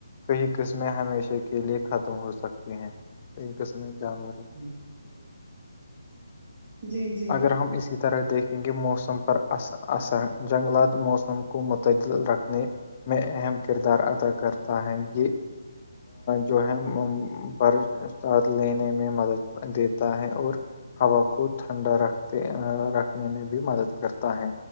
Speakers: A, on the left (about 25°); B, on the right (about 30°).
A: کئی قسمیں ہمیشہ کے لیے ختم ہو سکتی ہیں کئی قسمیں جانور
B: <unintelligible> جی جی
A: اگر ہم اسی طرح دیکھیں گے موسم پر اثر اثر جنگلات موسم کو متعدل رکھنے میں اہم کردار ادا کرتا ہے یہ جو ہے بھر ساتھ لینے میں مدد دیتا ہے اور ہوا کو ٹھنڈا رکھتے رکھنے میں بھی مدد کرتا ہے